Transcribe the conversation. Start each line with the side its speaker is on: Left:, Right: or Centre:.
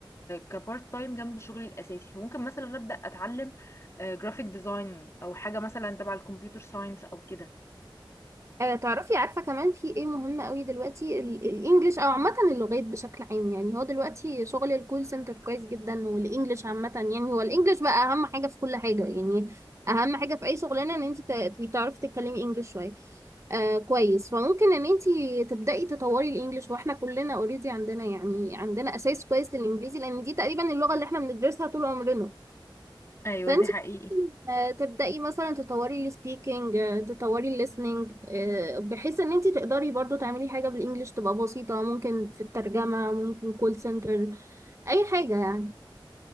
Left: كبارت تايم جنب شغلي الاساسي فممكن مثلا ابدا اتعلم جرافيك ديزاين او حاجه مثلا تبع الكمبيوتر ساينس او كده
Right: آه، تعرفي عارفة كمان في ايه مهم قوي دلوقتي ال- الانجليش او عامة اللغات بشكل عام يعني هو دلوقتي شغل الكول سنتر كويس جدا والانجليش عامة يعني هو الانجليش بقى اهم حاجة في كل حاجة يعني اهم حاجة في اي شغلانة ان انت تبقي تعرفي تتكلمي انجليش شوية آه كويس فممكن ان انت تبدأي تطوري الانجليش واحنا كلنا اوريدي عندنا يعني عندنا اساس كويس للانجليزي لان دي تقريبا اللغة اللي احنا بندرسها طول عمرنا
Left: ايوه
Right: فانت
Left: دي حقيقي
Right: آه، تبدأي مثلا تطوري السبيكينج تطوري الليسننج بحيث ان انت تقدري برضو تعملي حاجة بالانجلش تبقى بسيطة ممكن في الترجمة ممكن كول سنتر اي حاجة يعني